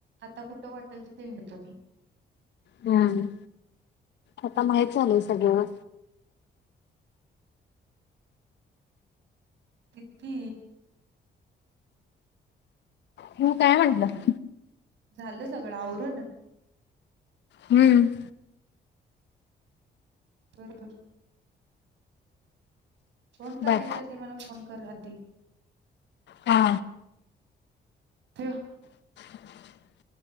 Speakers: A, on the right; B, on the left.
A: आता कुठं वाटेल तित हिंडतो मी.
B: हम्म आता माहित झालय सगळ.
A: किती?
B: ठिऊ काय म्हटलं?
A: झालं सगळं आवरुण?
B: हम्म.
A: बरबर. फोन करायच्या
B: बाय
A: आधी, मला फोन कर आधी.
B: हा.
A: ठेव.
B: <inaudible>